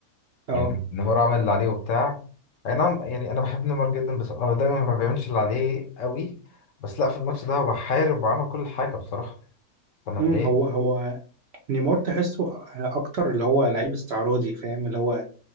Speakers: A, on the right (about 60°); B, on the left (about 65°).
A: اه
B: يعني نيمار عمل اللي عليه وبتاع اي نعم يعني انا بحب نيمار جدا بس هو دايما ما بيعملش اللي عليه قوي بس لا في الماتش ده هو حارب وعمل كل حاجه بصراحه فانا
A: امم
B: اتضايقت
A: هو هو نيمار تحسه اكتر اللي هو لعيب استعراضي فاهم اللي هو